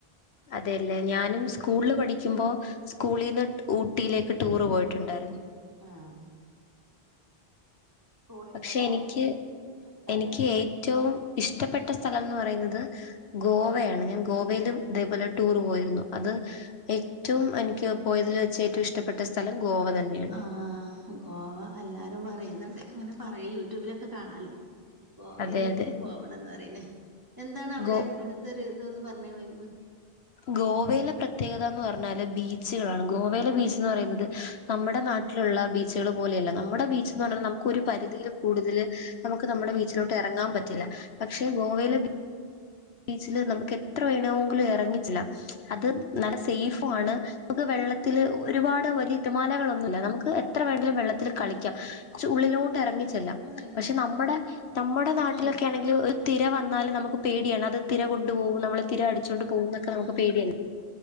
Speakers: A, on the left; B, on the right.
A: അതെല്ലേ ഞാനും
B: ഊട്ടി
A: സ്കൂൾ ല് പഠി ക്കുമ്പോ സ്കൂളിന്ന് ഊട്ടിയിലേക്ക് ടൂറ് പോയിട്ടുണ്ടാര്ന്നു
B: ആഹ് സ്കൂളിൽന്നല്ലേ
A: പക്ഷെ എനിക്ക്
B: ഇഷ്ടായില്ലേ
A: എനിക്ക് ഏറ്റവും ഇഷ്ടപ്പെട്ട സ്ഥലം ന്ന് പറയുന്നത് ഗോവയാണ് ഞാൻ ഗോവയിലും ഇതേപോലെ ടൂർ പോയിരുന്നു അത് ഏറ്റവും എനിക്ക് പോയതിൽ വെച്ച് ഏറ്റവും ഇഷ്ടപ്പെട്ട സ്ഥലം ഗോവ തന്നെ
B: ആഹ് ഗോവ എല്ലാരും പറയുന്നുണ്ട് ഇങ്ങനെ പറയ് യൂട്യൂബിലൊക്കെ കാണാലോ ഗോവയിലേക്കൊന്ന്
A: അതെ അതെ
B: പോവണംന്ന് പറയ്ണ് എന്താണവടെ
A: ഗോ
B: അവ്ട്ത്തൊരുതൊന്ന് പറഞ്ഞേ വൈബ്
A: ഗോവയിലെ പ്രത്യേകതാന്ന് പറഞ്ഞാല് ബീച്ച്കളാണ് ഗോവയിലെ ബീച്ച്ന്ന് പറയുന്നത് നമ്മടെ
B: ആഹ്
A: നാട്ടിലുള്ള ബീച്ച്കള് പോലെയല്ല നമ്മുടെ ബീച്ച്ന്ന് പറഞ്ഞൽ നമുക്ക് ഒരു പരിധിയിൽ കൂടുതല് നമുക്ക് നമ്മടെ
B: ആഹ്
A: ബീച്ചിലോട്ട് ഇറങ്ങാൻ പറ്റില്ല പക്ഷേ ഗോവയിലെ ബീ ബീച്ചില് നമുക്ക് എത്ര വേണോങ്കിലും എറങ്ങി ചെല്ലാം അത് നല്ല
B: ആഹ്
A: സെയ്ഫും ആണ് നമുക്ക് വെള്ളത്തില് ഒരുപാട് വലിയ തിരമാലകളൊന്നുല്ല നമുക്ക് എത്ര വേണേലും വെള്ളത്തില് കളിക്കാം ച്ചു ഉള്ളിലോട്ട് എറങ്ങി ചെല്ലാം
B: അതെ
A: പക്ഷെ നമ്മുടെ നമ്മുടെ നാട്ടിലൊക്കെ
B: ആണോ
A: ആണെങ്കിൽ ഒരു തിര വന്നാൽ നമുക്ക് പേടിയാണ് അത് തിര കൊണ്ടു പോവും നമ്മള് തിര അടിച്ചോണ്ട് പോവൂന്നൊക്കെ
B: ആഹ്
A: നമുക്ക് പേടിയ
B: ആഹ്
A: ല്ലേ